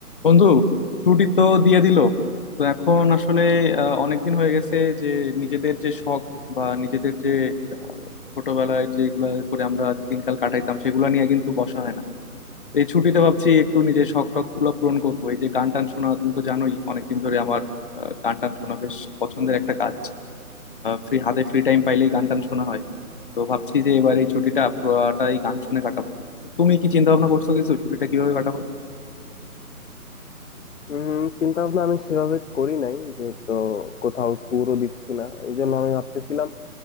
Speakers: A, on the left; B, on the left.
A: বন্ধু ছুটি তো দিয়ে দিল তো এখন আসলে আহ, অনেকদিন হয়ে গেছে যে নিজেদের যে শখ বা নিজেদের যে আহ, ছোটবেলায় যেগুলা করে আমরা দিনকাল কাটাইতাম সেগুলো নিয়ে কিন্তু বসা হয় না তো এই ছুটিতে ভাবছি একটু নিজের শখ টখ গুলো পূরণ করবো এই যে গান টান শোনা তুমি তো জানোই অনেকদিন ধরে আমার আহ, গান টান শোনা বেশ পছন্দের একটা কাজ ফ্রি হাতে ফ্রি টাইম পাইলেই গান টান শোনা হয় তো ভাবছি যে এবার এই ছুটিটা পুরোটাই গান শুনে কাটাবো তো তুমি কি চিন্তা ভাবনা করছো কিছু ছুটিটা কিভাবে কাটাবো
B: উম চিন্তা ভাবনা আমি সেভাবে করি নাই যেহেতু কোথাও ট্যুরও দিচ্ছি না এই জন্য আমি ভাবতেছিলাম